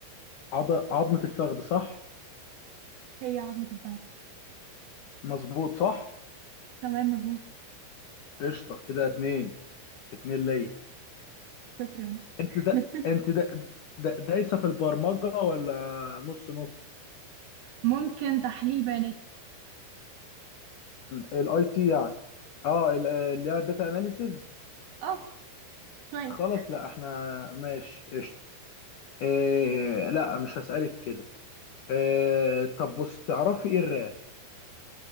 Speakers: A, on the left; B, on the right.
A: عض- عظمة الفخذ صح؟
B: هي عظمة الفخذ
A: مظبوط صح؟
B: تمام مظبوط
A: قشطة كده اتنين اتنين ليا
B: شكرا
A: انت
B: <laughs>
A: ده انت ده ده دايسة في البرمجة ولا نص نص؟
B: ممكن تحليل بيانات
A: الاي تي يعني اه ال- اللي هي الداتا اناليسز
B: اه شوية
A: خلاص لا احنا ماشي قشطه إيه لا مش هسألك كده إيه طب بص تعرفي ايه الرام